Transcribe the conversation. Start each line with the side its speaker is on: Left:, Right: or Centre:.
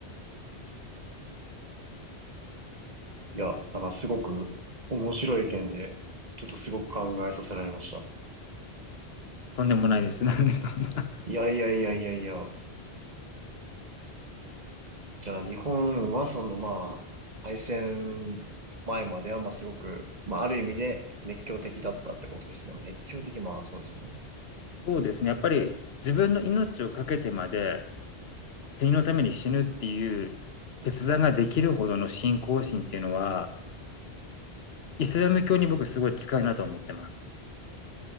Right: いや、なんからすごく面白い意見で、ちょっとすごく考えさせられました。
Left: とんでもないです。なんでそんな。
Right: いやいやいやいやいや。じゃあ日本はそのまあ、敗戦前まではまあすごく、まあある意味で熱狂的だったってことですね。熱狂的、まあそうですよね。
Left: そうですね。やっぱり自分の命をかけてまで、国のために死ぬっていう決断ができるほどの信仰心っていうのは、イスラム教に僕すごい近いなと思ってます。